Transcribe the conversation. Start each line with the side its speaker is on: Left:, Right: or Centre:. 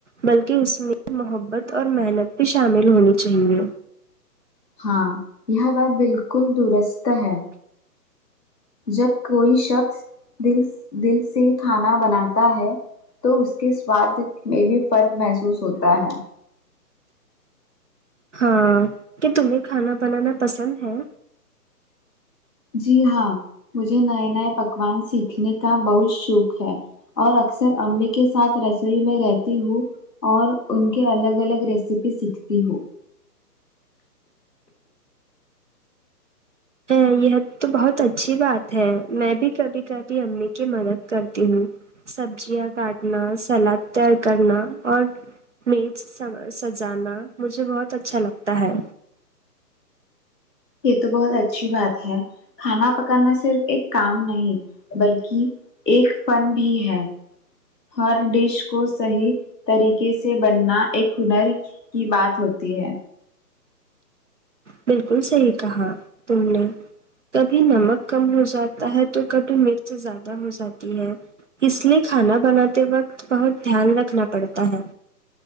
Right: بلکہ اس میں محبت اور محنت بھی شامل ہونی چاہیے
Centre: ہاں یہ بات بالکل درست ہے جب کوئی شخص دل دل سے کھانا بناتا ہے تو اس کے سواد میں بھی فرق محسوس ہوتا ہے
Right: ہاں کیا تمہیں کھانا بنانا پسند ہے
Centre: جی ہاں مجھے نئے نئے پکوان سیکھنے کا بہت شوق ہے اور اکثر امی کے ساتھ رسوئی میں رہتی ہوں اور ان کے الگ الگ ریسیپی سیکھتی ہوں
Right: تو یہ تو بہت اچھی بات ہے میں بھی کبھی کبھی امی کی مدد کرتی ہوں سبزیاں کاٹنا سلاد تیار کرنا اور میز سجانا مجھے بہت اچھا لگتا ہے
Centre: یہ تو بہت اچھی بات ہے کھانا پکانا صرف ایک کام نہیں بلکہ ایک فن بھی ہے ہر ڈش کو صحیح طریقے سے بننا ایک ہنر کی بات ہوتی ہے
Right: بالکل صحیح کہا تم نے کبھی نمک کم ہو جاتا ہے تو کبھی مرچ زیادہ ہو جاتی ہے اس لیے کھانا بناتے وقت بہت دھیان رکھنا پڑتا ہے